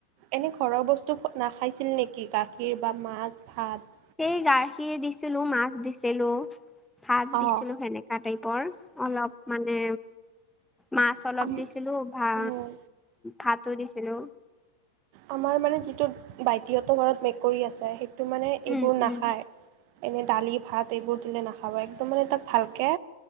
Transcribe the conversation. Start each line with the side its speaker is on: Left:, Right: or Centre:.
Right: এনে ঘৰৰ বস্তু নাখাইছিল নেকি গাখীৰ বা মাছ ভাত?
Centre: সেই গাখীৰ দিছিলোঁ মাছ দিছিলোঁ। ভাত দিছিলোঁ
Right: অ
Centre: সেনেকা টাইপৰ অলপ মানে মাছ অলপ
Right: আম
Centre: দিছিলোঁ ভা
Right: উম,
Centre: ভাতো দিছিলোঁ
Right: আমাৰ মানে যিটো বাইটিহঁতৰ ঘৰত মেকুৰী আছে সেইটো মানে
Centre: উম,
Right: এইবোৰ
Centre: উম,
Right: নাখায় এনেই দালি ভাত এইবোৰ দিলে নাখাব একদম মানে তাক ভালকে